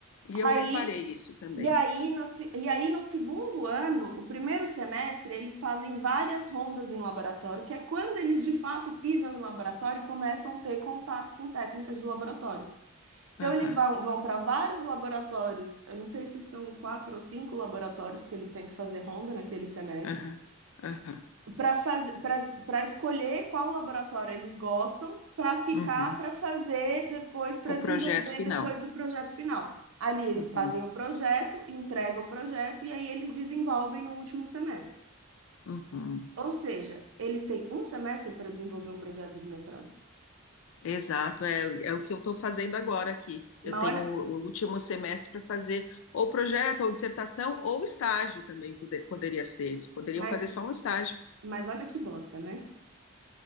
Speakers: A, on the left; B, on the right.
A: E eu
B: Aí
A: reparei isso também.
B: E aí, na se- e aí, no segundo ano, o primeiro semestre, eles fazem várias rondas em laboratório, que é quando eles de fato pisam em laboratório e começam a ter contato com técnicas de laboratório. Então,
A: Aham,
B: eles vão, vão para vários laboratórios, eu não sei se são quatro ou cinco laboratórios que eles têm que fazer ronda naquele semestre
A: aham, aham.
B: para fazer para escolher qual laboratório eles gostam para ficar
A: uhum.
B: para fazer depois para
A: O
B: desenvolver
A: projeto final.
B: depois o projeto final. Ali eles
A: Uhum,
B: fazem o projeto, entregam o projeto e aí eles desenvolvem no último semestre.
A: uhum.
B: Ou seja, eles têm um semestre para desenvolver um projeto de mestrado.
A: Exato, é, é o que eu estou fazendo agora aqui. Eu
B: Mas
A: tenho
B: olha,
A: o o último semestre para fazer ou projeto, ou dissertação, ou estágio também pode- poderia ser. Eles poderiam
B: mas,
A: fazer só um estágio.
B: mas olha que bosta, né?